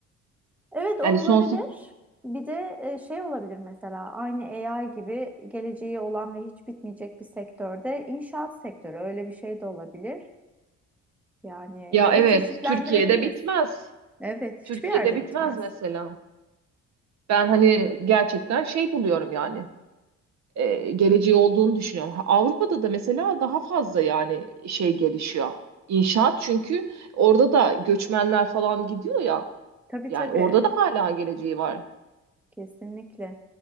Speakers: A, in the centre; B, on the right.
A: Evet o
B: Yani
A: olabilir.
B: sonsuz
A: Bir de e, şey olabilir mesela aynı AI gibi geleceği olan ve hiç bitmeyecek bir sektörde inşaat sektörü öyle bir şey de olabilir. Yani
B: ya
A: ya
B: evet
A: da çeşitlendirebiliriz.
B: Türkiye'de bitmez.
A: Evet hiçbir
B: Türkiye'de
A: yerde
B: bitmez
A: bitmez.
B: mesela. Ben hani gerçekten şey buluyorum yani e, geleceği olduğunu düşünüyorum. Ha, Avrupa'da da mesela daha fazla yani şey gelişiyor. İnşaat çünkü orada da göçmenler falan gidiyor ya.
A: Tabii
B: Yani
A: tabii
B: orada da hala geleceği var.
A: kesinlikle.